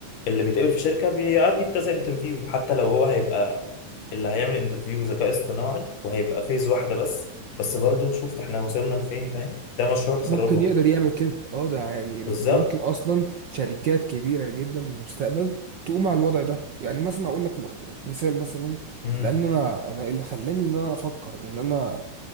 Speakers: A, on the left; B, on the right.
A: اللي بيتقبل في شركة بيعدي بكذا انترفيو حتى لو هو هيبقى اللي هيعمل انترفيو ذكاء اصطناعي وهيبقى فيز واحدة بس بس برضو شفت احنا وصلنا لفين فاهم ده مشروع تخرجهم
B: ممكن يقدر يعمل كده اه ده يعني
A: بالظبط
B: ده ممكن اصلا شركات كبيره جدا في المستقبل تقوم على الوضع ده يعني مثلا اقول لك مخت... مثال مثلا
A: مم.
B: لان انا انا اللي خلاني ان انا افكر ان انا